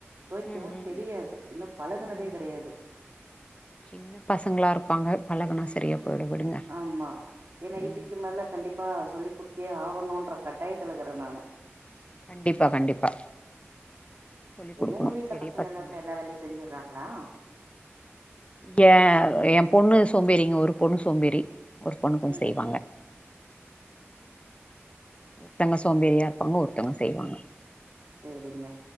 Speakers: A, on the right; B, on the left.
A: தொவைக்கவும்
B: ம் ம்
A: தெரியாது
B: ம்
A: இன்னும் பழகுனதே
B: ம்
A: கெடயாது
B: ம் சின்ன பசங்களா இருப்பாங்க பழகுனா சரியா போய்டும் விடுங்க
A: ஆமா ஏனா
B: ம்
A: இதுக்கு மேல கண்டிப்பா சொல்லி்க்குடுத்தே ஆகணும்ன்ற கட்டாயத்துல இருக்றேன் நானு
B: கண்டிப்பா கண்டிப்பா சொல்லி் குடுக்கணு
A: உங்க வீட்ல
B: பெரிய
A: பசங்க எல்லாருமே
B: ஆயி
A: எல்லா வேலையும் செஞ்சுறாங்களா
B: இங்க என் பொண்ணு சோம்பேறிங்க ஒரு பொண்ணு சோம்பேறி ஒரு பொண்ணு கொஞ்சம்
A: ம்
B: செய்வாங்க ஒருத்தவங்க சோம்பேறியா இருப்பாங்க ஒருத்தவங்க செய்வாங்க
A: சேரிங்க